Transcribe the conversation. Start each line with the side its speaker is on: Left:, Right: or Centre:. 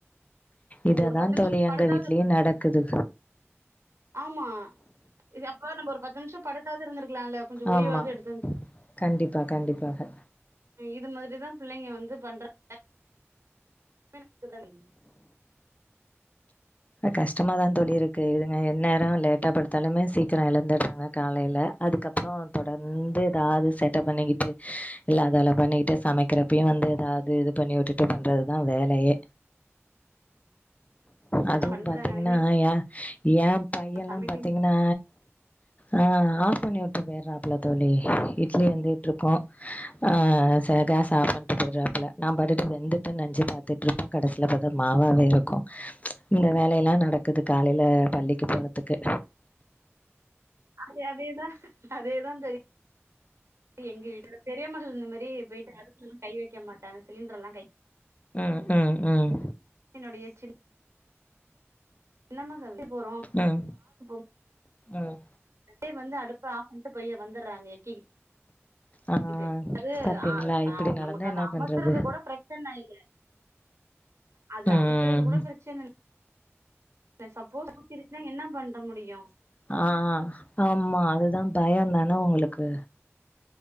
Left: இதுதான்
Right: ஒரு பத்து நிமிஷோ
Left: தோழி எங்க
Right: படுத்தாவது
Left: வீட்லயும்
Right: இரு
Left: நடக்குது
Right: ஆமா இது அப்ப நம்ம ஒரு பத்து நிமிஷோ படுத்தாவது இருந்திருக்கு இருக்கலாலெல்ல கொஞ்சம் ஓய்வாவது
Left: ஆமா.
Right: எடுத்திருந்துருந்கலாம்
Left: கண்டிப்பா, கண்டிப்பாக.
Right: இது மாரிதான் பிள்ளைங்க வந்து பண்றாங்க <inaudible>
Left: கஷ்டமாதான் தோழி இருக்கு இதுங்க என்நேரம் லேட்டா படுத்தாலுமே சீக்கிரம் எழுந்துற்றாங்க காலேல அதுக்கப்பறம் தொடர்ந்து ஏதாவது சேட்ட பண்ணிக்கிட்டு இல்ல அதல பண்ணிக்கிட்டு சமைக்கிறப்பயும் வந்து ஏதாவது இது பண்ணி வுட்டுட்டு பண்றதுதான் வேலையே
Right: அப்படிதா
Left: அதுவும்
Right: பண்றாங்க
Left: பாத்தீங்கன்னா
Right: அதே மாரி
Left: ஏ ஏன் பையன்ல்லாம்
Right: சமைக்கு
Left: பாத்தீங்கன்னா ஆ ஆஃப் பண்ணி வுட்டு போயறாப்புல தோழி இட்லி வெந்துட்டு இருக்கும் ஆஹ் ச கேஸ ஆஃப் பண்ணிட்டு போயற்வாப்புல நான் பாட்டுட்டு வெந்துட்டு நெனச்சு பாத்துட்டு இருப்பே கடசில பாத்தா மாவாவே இருக்கும் ச் இந்த வேலேலா நடக்குது காலேல பள்ளிக்கு போறதுக்கு
Right: அதே அதேதான் அதேதான் தோழி எங்க வீட்ல பெரியமகள் இந்த மாரி போய்ட்டு அடுப்லேலாமா கை வைக்க மாட்டாங்க சிலிண்டரல்லாம் கை
Left: ம் ம் ம்
Right: என்னுடைய சின் ன மகள் வெளிய போறோம்
Left: ம்,
Right: பாத்து
Left: ம்.
Right: <inaudible> <unintelligible> வந்து அடுப்ப ஆஃப் பண்ட்டு போய் வந்தற்றாங்க
Left: ஆ
Right: இது அது
Left: பாத்தீங்களா?
Right: ஆஹ் ப
Left: இப்டி
Right: நமக்கு
Left: நடந்தா
Right: அத
Left: என்ன
Right: அமத்துறது
Left: பண்றது?
Right: கூட பிரச்சனை இல்ல அது
Left: ம்.
Right: அமத்துறது கூட பிரச்சன இல் இல்ல சப்போஸ் ஊத்திருச்சுன்னா என்ன பண்ற முடியும்
Left: ஆ ஆ அதுதான் பயம்தான உங்களுக்கு